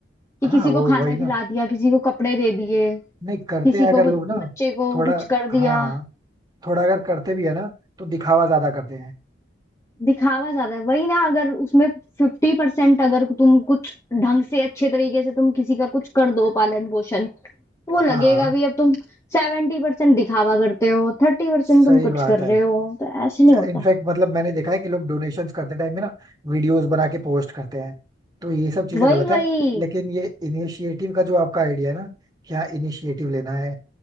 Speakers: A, on the left; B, on the right.
A: कि
B: हाँ
A: किसी
B: वो
A: को खाना
B: वही
A: खिला
B: ना
A: दिया किसी को कपड़े दे दिए
B: नहीं करते
A: किसी
B: हैं
A: को
B: अगर
A: कुछ-
B: लोग ना
A: बच्चे को
B: थोड़ा
A: कुछ कर दिया
B: हाँ हाँ थोड़ा अगर करते भी है ना तो दिखावा ज्यादा करते हैं
A: दिखावा ज्यादा है वही ना अगर उसमें फिफ्टी परसेंट अगर तुम कुछ ढंग से अच्छे तरीके से तुम किसी का कुछ कर दो पालन पोषण तो वो
B: हाँ
A: लगेगा
B: हाँ
A: भी अब तुम सेवेंटी परसेंट दिखावा करते हो थर्टी परसेंट
B: सही
A: तुम कुछ
B: बात
A: कर रहे
B: है
A: हो तो ऐसे नहीं होता
B: इनफैक्ट मतलब मैंने देखा है कि लोग डोनेशंस करते टाइम में ना वीडियोस बना के पोस्ट करते हैं तो ये सब चीजें
A: वही
B: गलत
A: वही
B: है लेकिन ये इनिशिएटिव का जो आपका आइडिया है ना कि हाँ इनिशिएटिव लेना है